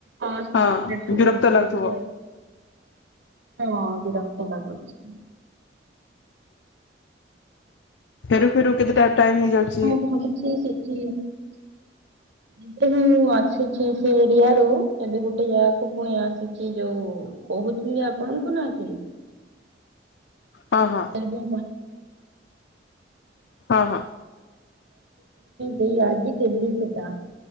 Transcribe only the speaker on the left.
ହଁ
ବିରକ୍ତ
ଲାଗୁଥିବ
ଫେରୁ ଫେରୁ କେତେଟା ଟାଇମ୍ ହେଇଯାଉଛି।
ହଁ ହଁ
ହଁ